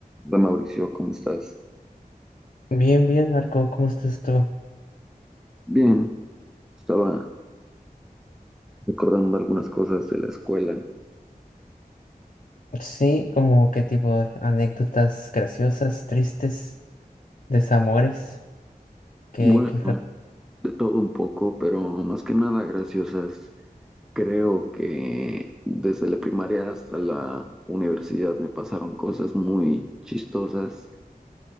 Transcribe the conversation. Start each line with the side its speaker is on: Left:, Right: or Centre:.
Centre: Hola Mauricio, ¿cómo estás?
Left: Bien, bien, Marco, ¿cómo estás tú?
Centre: Bien, estaba recordando algunas cosas de la escuela.
Left: Sí, como qué tipo de anécdotas graciosas, tristes, desamores, que,
Centre: Bueno,
Left: que lo-
Centre: de todo un poco, pero más que nada graciosas. Creo que desde la primaria hasta la universidad me pasaron cosas muy chistosas.